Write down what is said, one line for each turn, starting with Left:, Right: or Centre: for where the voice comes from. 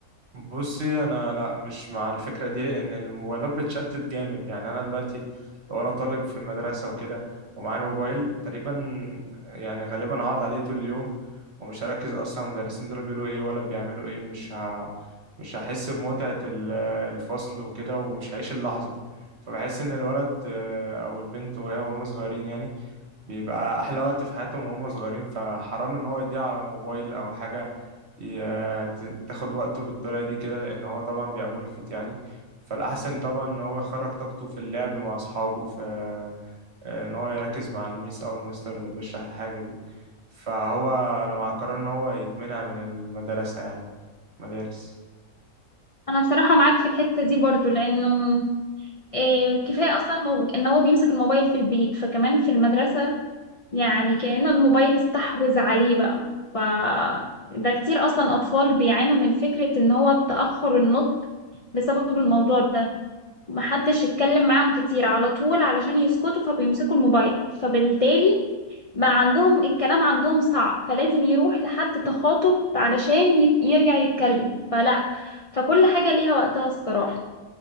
Right: بصي انا لا مش مع الفكره دي لان الموبايلات بتشتت جامد يعني انا دلوقتي لو انا طالب في المدرسه وكده ومعايا الموبايل تقريبا يعني غالبا هقعد عليه طول اليوم ومش هركز اصلا المدرسين دول بيقولوا ايه ولا بيعملوا ايه مش ه... مش هحس بمتعه ال- الفصل وكده ومش هعيش اللحظه فبحس ان الولد آه، او البنت وهي وهم صغيرين يعني بيبقى احلى وقت في حياتهم وهم صغيرين فحرام ان هو يضيع على موبايل او حاجه ي- ت- تاخد وقته بالطريقة دي كده لأن هو طبعا بيبقى ملفت يعني فالأحسن طبعا إن هو يخرج طاقته في اللعب مع أصحابه في آه، إن هو يركز مع الميس أو المستر اللي بيشرح الحاجة دي فهو أنا مع قرار إن هو يتمنع من المدرسة يعني مدارس
Left: انا بصراحه معاك في الحته دي برضو لانه إيه، كفايه اصلا مو- ان هو بيمسك الموبايل في البيت فكمان في المدرسه يعني كأن الموبايل استحوذ عليه بقى ف ده كتير أصلا أطفال بيعانوا من فكرة إن هو تأخر النطق بسبب الموضوع ده محدش يتكلم معاهم كتير على طول علشان يسكتوا فبيمسكوا الموبايل فبالتالي بقى عندهم الكلام عندهم صعب فلازم يروح لحد تخاطب علشان ي- يرجع يتكلم فلا فكل حاجة ليها وقتها الصراحة